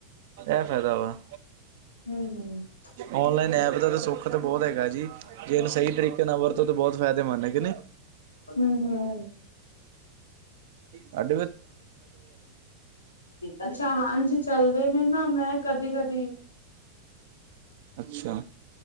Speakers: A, on the right; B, on the left.
A: ਐ ਫੈਦਾ ਵਾ,
B: ਹਮ
A: ਔਨਲਾਈਨ
B: ਹਮ
A: ਐਪ ਦਾ ਤਾਂ ਸੁਖ ਪਤਾਂ ਬਹੁਤ ਹੈਗਾ ਜੀ। ਜੇ ਇਹਨੂੰ ਸਹੀ ਤਰੀਕੇ ਨਾਲ ਵਰਤੋ ਤਾਂ ਬਹੁਤ ਫਾਇਦੇਮੰਦ ਹੈ ਕੇ ਨਹੀ
B: ਹਮ ਹਮ
A: ਹੂੰ <unintelligible>
B: ਅੱਛਾ, ਹਾਂਜੀ ਚੱਲਦੇ ਨੇ ਨਾ ਮੈਂ ਕਦੀ-ਕਦ
A: ਅੱਛਾ।